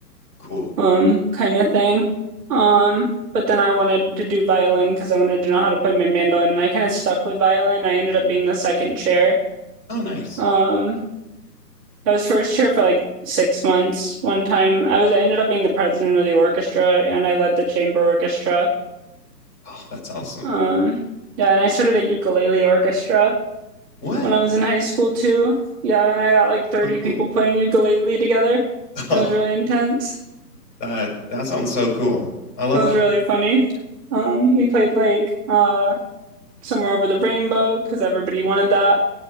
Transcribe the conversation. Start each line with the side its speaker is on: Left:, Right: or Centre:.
Left: cool.
Right: um, kind of thing. Um, but then I wanted to do violin because I wanted to know how to play my mandolin, and I kind of stuck with violin. I ended up being the second chair.
Left: Oh, nice.
Right: Um, I was first chair for like six months one time. I was I ended up being the president of the orchestra and I led the chamber orchestra.
Left: Oh, that's awesome.
Right: Um, yeah, and I started a ukulele orchestra
Left: What?
Right: when I was in high school too. Yeah, and I got like 30
Left: So
Right: people
Left: cool.
Right: playing ukulele together.
Left: <laughs>
Right: It was really intense.
Left: that that sounds so cool. I love
Right: It was
Left: that.
Right: really funny. Um, we played like uh Somewhere Over the Rainbow because everybody wanted that.